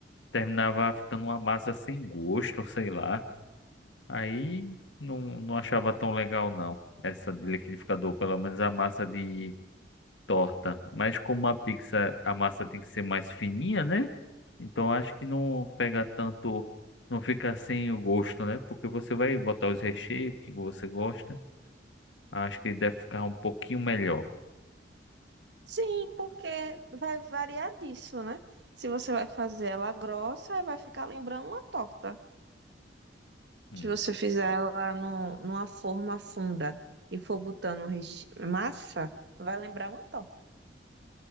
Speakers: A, on the left; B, on the right.
A: terminava ficando uma massa sem gosto, sei lá. Aí não, não achava tão legal não, essa de liquidificador, pelo menos a massa de torta. Mas como uma pizza, a massa tem que ser mais fininha, né? Então acho que não pega tanto, não fica sem o gosto, né? Porque você vai botar os recheios que você gosta. Acho que deve ficar um pouquinho melhor.
B: Sim, porque vai variar disso, né? Se você vai fazer ela grossa, vai ficar lembrando uma torta.
A: Hum,
B: Se você fizer ela no, numa forma funda e for botando reche- massa, vai lembrar uma torta.